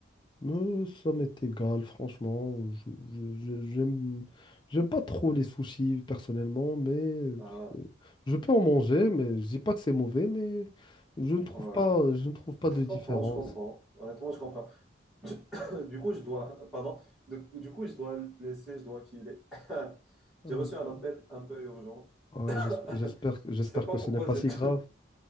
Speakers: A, on the left; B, in the centre.
A: Euh, ça m'est égal, franchement. Je- je- je- J'aime, j'aime pas trop les sushis personnellement, mais euh,
B: Ah,
A: je peux en manger, mais je dis pas que c'est mauvais, mais je ne trouve
B: ouais.
A: pas, je ne trouve pas de
B: Je
A: différence.
B: comprends, je comprends. Honnêtement, je comprends. <coughs> Du coup, je dois, pardon, De- du coup, je dois te laisser, je dois filer. <coughs> <laughs>
A: Euh,
B: J'ai reçu un appel un peu urgent.
A: ouais, ouais, j'es-
B: <coughs>
A: j'espère, j'espère
B: Je sais pas
A: que
B: pourquoi
A: ce n'est pas
B: c'est-
A: si grave.
B: <coughs>